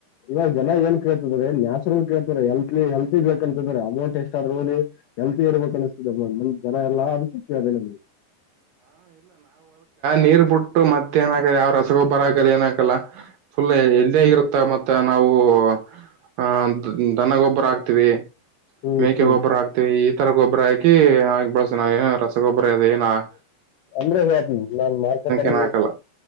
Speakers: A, on the left (about 80°); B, on the right (about 75°).
A: ಇವಾಗ ಜನ ಏನ್, ಕ. <inaudible> ಇಲ್ಲಿ, ನ್ಯಾಚುರಲ್, ಕೇಳ್ತಾರೆ! ಹೆಲ್ತ್ ಹೆಲ್ತಿ ಬೇಕಂತ್ರ ಅಮೌಂಟ್ ಎಷ್ಟ್ ಅದುರಿ, ಹೆಲ್ತಿ ಇರ್ಬೇಕು ಅನಸ್ತಿದೆ? <inaudible> ಒಂದು ಜನ ಎಲ್ಲ ಅದಕ್ಕೆ ಕೇಳಿದೆ ನಿನ್ಗೆ? <inaudible>
B: ನೀರುಬುಟ್ಟು, ಮತ್ತೆ ಏನಕಲ್ಲ! ಯಾವ್ ರಸಗೊಬ್ಬರ, ಆಗಲ್ಲ, ಏನುಹೇಳ, ಫುಲ್ ಎಲ್ಲ್ಲಿ ಆಗಿರುತ್ತ ಮತ್ತ? <inaudible> ನಾವು, ಆ, ದನಗೊಬ್ಬರ ಹಾಕ್ತಿವಿ? <inaudible>
A: ಹ್ಮ್
B: ಮೇಕೆ
A: ಹ್ಮ್
B: ಗೊಬ್ಬರ ಹಾಕ್ತಿವಿ! ಈ ತರ ಗೊಬ್ಬರ ಹಾಕಿ ಆ. <inaudible> ಚೆನ್ನಾಗಿ ರಸಗೊಬ್ಬರ ಅವೆಯೆನ್ನ.. <inaudible>
A: ಅಂದ್ರೆ, ಹ ನಾನ್ ಮಾರ್ಕೆಟ್! ಅಲ್ಲಿ
B: ಏನ ಹಾಕಲ್ಲ